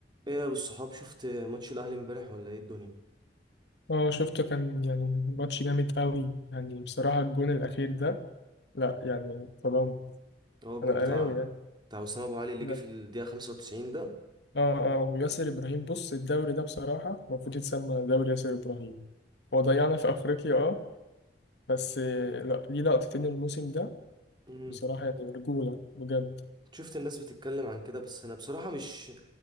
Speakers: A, on the right (about 25°); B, on the left (about 70°).
A: ايه يا ابو الصحاب شفت ماتش الاهلي امبارح ولا ايه الدنيا
B: اه شفته كان يعني ماتش جامد قوي يعني بصراحة الجون الأخير ده لا يعني طبعا
A: هو الجون
B: أنا
A: بتاع
B: أهلاوي يعني
A: بتاع اسامه ابو علي اللي
B: لا
A: جه في الدقيقه 95 ده
B: اه اه وياسر إبراهيم بص الدوري ده بصراحة المفروض يتسمى دوري ياسر إبراهيم هو ضيعنا في أفريقيا اه بس آه، لا ليه لقطتين الموسم ده
A: امم
B: بصراحة يعني رجولة بجد
A: شفت الناس بتتكلم عن كده بس انا بصراحه مش